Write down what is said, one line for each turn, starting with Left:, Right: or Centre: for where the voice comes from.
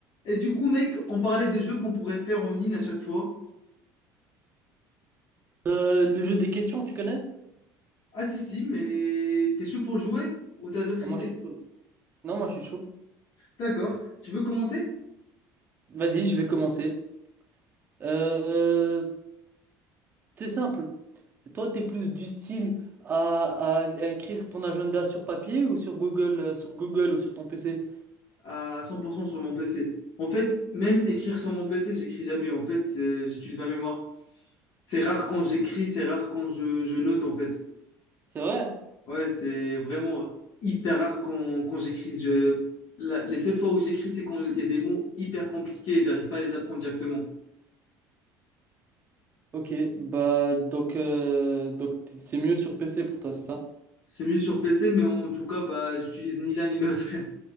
Left: Et du coup, mec, on parlait des jeux qu'on pourrait faire en ligne à chaque fois.
Right: Euh, le jeu des questions, tu connais?
Left: Ah si, si, mais t'es chaud pour le jouer? Ou t'as d'autres
Right: Ah,
Left: idées?
Right: moi, je suis chaud. Non, moi je suis chaud.
Left: D'accord. Tu veux commencer?
Right: Vas-y, je vais commencer. Euh, c'est simple. Toi, t'es plus du style à, à- à écrire ton agenda sur papier ou sur Google, euh, sur Google ou sur ton PC?
Left: À 100% sur mon PC. En fait, même écrire sur mon PC, j'écris jamais. En fait, c'est- j'utilise ma mémoire. C'est rare quand j'écris, c'est rare quand je, je note, en fait.
Right: C'est vrai?
Left: Ouais, c'est vraiment hyper rare quand, quand j'écris. Je- la- les seules fois où j'écris, c'est quand il y a des mots hyper compliqués et j'arrive pas à les apprendre directement.
Right: Ok, bah donc euh, donc t- c'est mieux sur PC pour toi, c'est ça?
Left: C'est mieux sur PC, mais en tout cas, bah, j'utilise ni l'un ni l'autre.